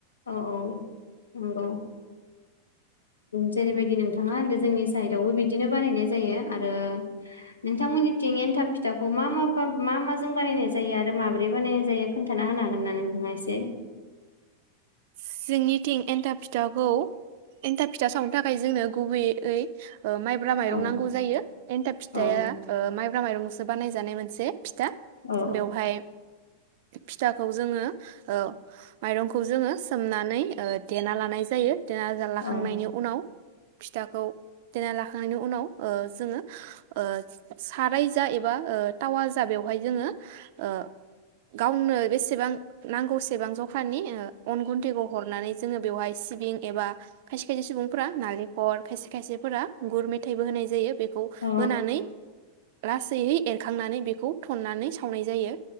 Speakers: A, on the left; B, on the right.
A: औ औ। नंगौ। जेरैबायदि नोंथाङा होनदो जोंनि साइदावबो बिदिनो बानायनाय जायो। आरो नोंथांमोननिथिं एन्थाब फिथाखौ मा मा बा मा माजों बानायनाय जायो, आरो माबोरै बानायनाय जायो खोन्थाना होनो हागोन ना नोंथाङा एसे।
B: जोंनिथिं एन्था फिथाखौ एन्था फिथा सावनो थाखाय जोंनो गुबै ऐ माइब्रा माइरं
A: औ
B: नांगौ जायो एन्थाब फिथाया
A: औ
B: माइब्रा माइरं। बानायजानाय मोनसे फिथ दा
A: औ
B: बेवहाय फिथाखौ जोङो ओ माइरंखौ जोङो सोमनानै ओ देना लानाय जायो। देना जाल्ला लाखांनायनि
A: औ
B: उनाव। फिथाखौ देना लाखांनायनि उनाव ओ जोङो ओ साराय जा एबा ओ टावा जा बेवहाय जोङो, ओ गावनो बेसेबां नांगौसेबां जखानि ओ अन गुन्थैखौ हरनानै जोङो बेवहाय सिबिं एबा खायसे खायसे सुबुंफोरा नालेंखर खायसे खायसेफोरा गुर मेथाइबो होनाय जायो। बेखौ
A: औ
B: होनानै लासैहै एरखांनानै बेखौ थन्नानै सावनाय जायो।